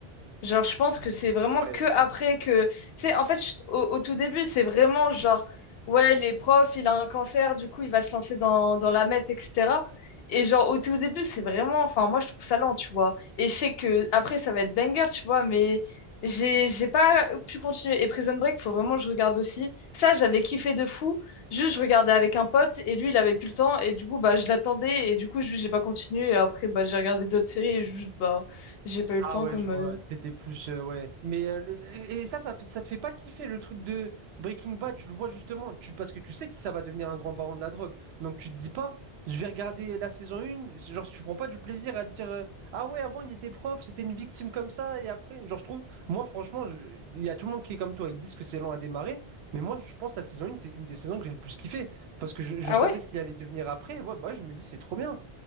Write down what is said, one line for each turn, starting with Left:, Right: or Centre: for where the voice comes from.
Left: Genre, je pense que c'est vraiment
Right: Ouais.
Left: que après que. Tu sais, en fait, je- au, au tout début, c'est vraiment genre, ouais, les profs, il a un cancer, du coup, il va se lancer dans, dans la meth, etc. Et genre, au tout début, c'est vraiment. Enfin, moi, je trouve ça lent, tu vois. Et je sais que après, ça va être banger, tu vois, mais j'ai, j'ai pas pu continuer. Et Prison Break, faut vraiment que je regarde aussi. Ça, j'avais kiffé de fou. Juste, je regardais avec un pote, et lui, il avait plus le temps, et du coup, bah, je l'attendais, et du coup, juste, j'ai pas continué. Et après, bah, j'ai regardé d'autres séries, et juste, bah, j'ai pas eu le
Right: Ah
Left: temps
Right: ouais,
Left: comme.
Right: je vois, t'étais plus, euh, ouais. Mais euh, le- et et ça, ça, fait- ça te fait pas kiffer le truc de Breaking Bad, tu le vois justement, tu, parce que tu sais que ça va devenir un grand baron de la drogue. Donc tu te dis pas, je vais regarder la saison 1, genre tu prends pas du plaisir à te dire, euh, ah ouais, avant il était prof, c'était une victime comme ça, et après, genre je trouve, moi franchement, je- il y a tout le monde qui est comme toi, ils disent que c'est lent à démarrer, mais moi je pense que la saison 1, c'est une des saisons que j'ai le plus kiffé, parce que je, je
Left: Ah
Right: savais
Left: ouais?
Right: ce qu'il allait devenir après, et ouais, bah je me dis, c'est trop bien.